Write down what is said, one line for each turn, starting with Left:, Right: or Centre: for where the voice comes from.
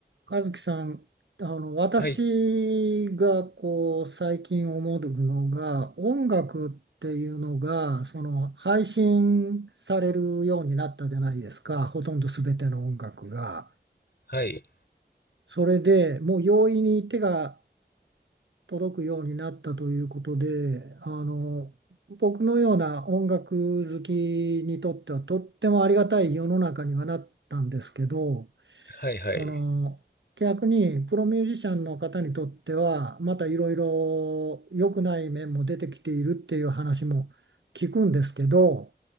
Right: 和樹さん、あの私がこう最近思うのが音楽っていうのがその配信されるようになったじゃないですかほとんど全ての音楽が。
Left: はい、はい、
Right: それでもう容易に手が届くようになったということであの僕のような音楽好きにとってはとってもありがたい世の中にはなったんですけど。
Left: はい、はい、
Right: その逆にプロミュージシャンの方にとってはまたいろいろ良くない面も出てきているっていう話も聞くんですけど